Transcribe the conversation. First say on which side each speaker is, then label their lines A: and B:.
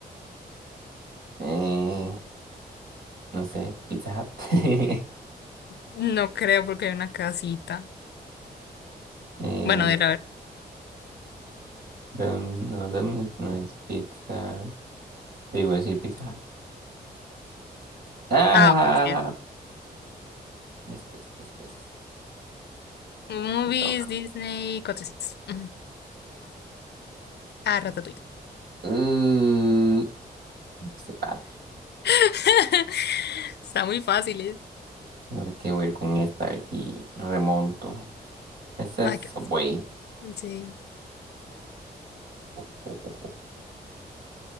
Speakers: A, on the right; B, on the left.
A: Eh, no sé, Pizza Hut. <laughs>
B: No creo porque hay una casita.
A: Eh,
B: Bueno, de la ver.
A: Dom- no, Domino's no es pizza. Digo, decir pizza. Hut. Ah,
B: Ah, ok, sí.
A: <laughs> ves, ves, ves, ves.
B: Movies,
A: Me toca.
B: Disney, cotecitos. Ujú. Ah, Ratatouille.
A: Uh, se vale.
B: <laughs> Está muy fácil, ¿eh?
A: A ver qué voy a ir con esta. A ver si remonto. Esta
B: Ay,
A: es Subway.
B: qué fácil. Sí.
A: <laughs> Ojo.